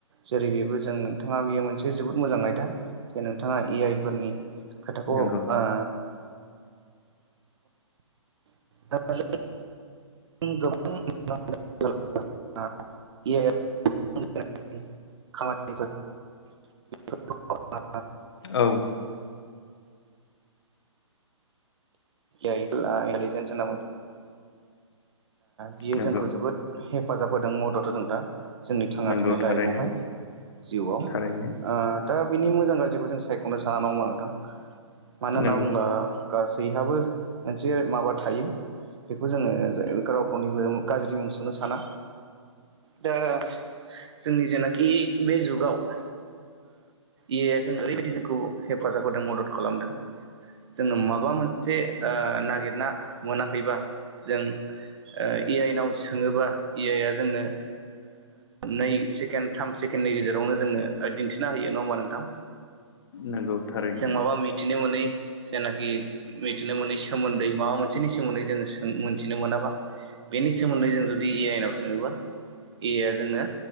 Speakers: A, on the right; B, on the left.
A: जेरै बेबो जों नोंथाङा बेयो मोनसे जोबोद मोजां आयदा जे नोंथाङा ए आइ फोरनि खोथाखौ
B: नंगौ
A: ओ गोबां ओ ए आइ आव खामानिफोरखौ
B: औ
A: इन्टेलिजेन्स न मोन बियो
B: नंगौ
A: जोंखौ जोबोद हेफाजाब होदों मदद होदों दा जोंनि थांना
B: नंगौ
A: थानाय लाइफआवहाय
B: थारैनो
A: जिउआव
B: थारैनो
A: ओ दा बिनि मोजां गाज्रिखौ जों सायख'नो सान नांग मा नोंथां मानो
B: नंगौ
A: होनना बुङोब्ला गासैहाबो मोनसे माबा थायो बेखौ जोङो रावखौनिबो गाज्रि मुंस'नो साना दा जोंनि जेनाखि बे जुगाव ओ ए आइ जों ओरैबायदि जोंखौ हेफाजाब होदों मदद खालामदों जोङोनो माबा मोनसे नागिरना मोनाखैबा जों ए आइनाव सोङोबा ए आइ आ जोंनो नै सेकेणड थ थाम सेकेण्डनि गेजेरावनो जोङो दिन्थिना होयो नङा होमबा नोंथां
B: नंगौ थारैनो
A: जों माबा मिथिनो मोनै जेनाखि मिथिनो मोनै सोमोन्दै माबा मोनसेनि सोमोन्दै जोङो मिथिनो मोनाबा बेनि सोमोन्दै जों जुदि ए आइनाव सोङोबा ए आ जोंनो